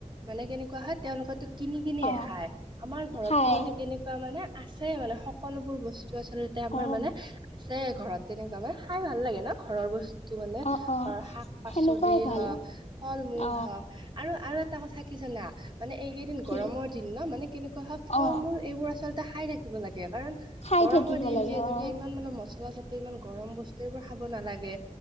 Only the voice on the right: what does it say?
মানে কেনেকুৱা হয় তেওঁলোকৰ কিনি-কিনি
নেখাই। আমাৰ ঘৰতটো
মানে কেনেকুৱা মানে আছে মানে সকলোবোৰ বস্তু সেইটো আচলতে আমাৰ
মানে আছে ঘৰত তেনেকুৱা মানে খাই ভাল লাগে ন? ঘৰৰ বস্তু টো মানে
ঘৰৰ শাক পাচলি
হওঁক, ফল মূল
হওঁক, আৰু-আৰু এটা এটা কথা কি জানা? মানে এইকেইদিন
গৰমৰ দিন ন মানে কেনেকুৱা হয় ফল
মূল এইবোৰ আচলতে খাই থাকিব লাগে কাৰণ
গৰমৰ
দিন
যিহেতুকে
ইমান মানে মচলা ইমান গৰম বস্তু এইবোৰ খাব নালাগে।